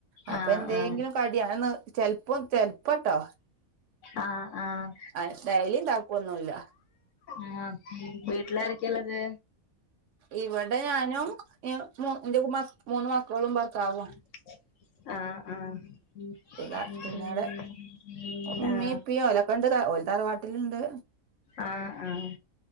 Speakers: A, on the right; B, on the left.
A: അപ്പൊ
B: ആഹ്
A: എന്തെങ്കിലും
B: ആഹ്
A: കടിയണന്ന് ചെല്പ്പം ചെല്പ്ം ട്ടോ
B: ആഹ് ആഹ്
A: ആ ഡയലിണ്ടാക്കൊന്നുംല്ല
B: ആഹ് വീട്ടിലാരക്കെല്ലത്
A: ഇവിടെ ഞാനും എ മു എന്റെ ത് മൂന്ന് മക്കളും ഭർത്താവും
B: ആഹ് ആഹ്
A: പിതാ പിന്നാടെ
B: ആഹ്
A: ഉമ്മി <unintelligible> ഓല് തറവാട്ടില്ണ്ട്
B: ആഹ് ആഹ്